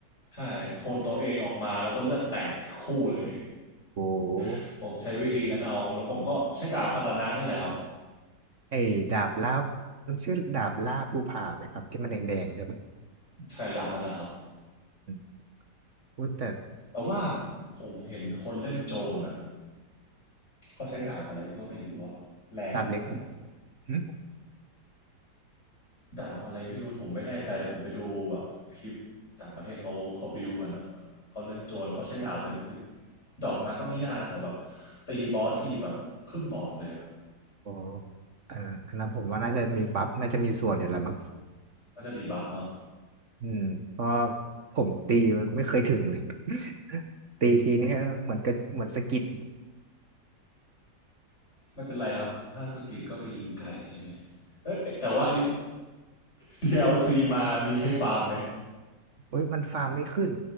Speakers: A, on the left; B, on the right.
A: ใช่โคนตัวเองออกมาแล้วก็เลือดแตกคู่เลย
B: โอ
A: <laughs>
B: ้
A: ผมใช้วิธีนั้นเอาแล้วผมก็ใช้ดาบคาตานะนี่แหละครับ
B: ไอ้ดาบล่ามันชื่อดาบล่าภูผาไหมครับที่มันแดงๆใช่ปะ
A: ใช่ดาบนั่นแหละครับ
B: อืมพูดแต่
A: แต่ว่าผมเห็นคนเล่นโจรอ่ะเขาใช้ดาบอะไรก็ไม่รู้อ่ะแรงมากเลยอ่ะ
B: ดาบเล็กอืม
A: ดาบอะไรไม่รู้ผมไม่แน่ใจแต่ผมไปดูแบบคลิปต่างประเทศเขาเขาบิวกันอ่ะเขาเล่นโจรแล้วเขาใช้ดาบอะไรไมันไปดรอปมาก็ไม่ยากนะแต่แบบตีบอสทีแบบครึ่งหลอดเลยอ่ะ
B: โอ้อันอันนั้นผมว่าน่าจะมีบัฟน่าจะมีส่วนอยู่แหล้วมั้ง
A: เอ้ยมันจะมีบัฟเนาะ
B: อืมเพราะผมตีมันไม่เคยถึงเลย <laughs> ตีทีนี่เหมือนกับเหมือนสะกิด
A: ไม่เป็นไรครับถ้าสกิลก็ไปยิงไก่ใช่ไหมเอ๊ะแต่ว่า DLC <laughs> มามีให้ฟาร์มไหม
B: เอ้ยมันฟาร์มไม่ขึ้น